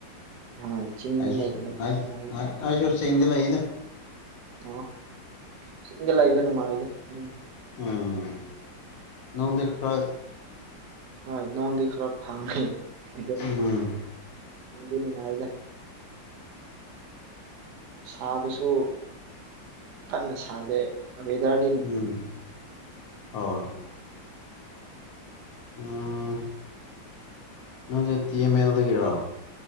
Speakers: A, on the right; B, on the left.
A: ꯑ ꯆꯤꯡꯗꯤ
B: ꯑꯩꯁꯨ
A: ꯂꯩ ꯂꯩꯕ
B: ꯑꯩ
A: ꯅꯨꯡꯉꯥꯏꯕ
B: ꯑꯩ ꯑꯩꯁꯨ ꯆꯤꯡꯗ ꯂꯩꯗ
A: ꯑꯣ ꯆꯤꯡꯗ ꯂꯩꯕ ꯅꯨꯡꯉꯥꯏꯗ ꯑꯗꯨꯝ
B: ꯎꯝ ꯅꯣꯡꯗꯤ ꯈ꯭ꯔꯥ
A: ꯍꯣꯏ ꯅꯣꯡꯗꯤ ꯈꯔ ꯐꯪꯈꯔꯦ ꯑꯗꯣ
B: ꯎꯝ
A: ꯅꯨꯡꯗꯤ ꯅꯨꯡꯉꯥꯏꯗ ꯁꯥꯕꯁꯨ ꯀꯟꯅ ꯁꯥꯗꯦ ꯋꯦꯗꯔ
B: ꯎꯝ ꯑꯣ ꯎꯝ ꯅꯪꯁꯦ ꯇꯤ ꯑꯦꯝ ꯑꯦꯜꯗꯒꯤꯔꯥ